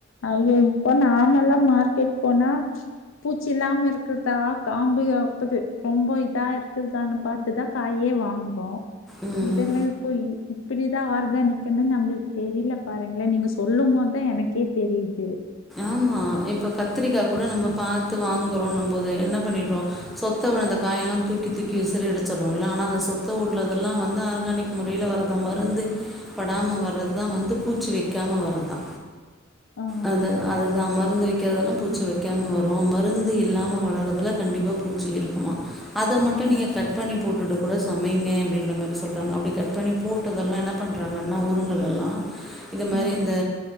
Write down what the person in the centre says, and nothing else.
ம்
ஆமா இப்ப கத்திரிக்கா
கூட நம்ம பாத்து வாங்குறோன்னுபோது என்ன பண்ணிருவோ சொத்த உழுந்த காயெல்லா தூக்கி தூக்கி விசிரி அடிச்சிற்றோல ஆனா அந்த சொத்த உள்ளதெல்லா வந்து ஆர்கானிக் முறையில வருதா மருந்து படாம வர்றதுதா வந்து பூச்சி வெக்காம வர்தா
அத அதுதா மருந்து வக்காதல்லா பூச்சி வக்காம வரு மருந்து இல்லாம வளர்றதுலா கண்டிப்பா பூச்சி இருக்குமா அத மட்டு நீங்க
கட் கட் பண்ணி போட்டுட்டு கூட சமைங்க அப்டின்ற மாறி சொல்றாங்க அப்புடி கட் பண்ணி போட்டதல்லா என்ன பண் எங்கன்னா ஊருங்கலெல்லா இந்தமாறி
இந்த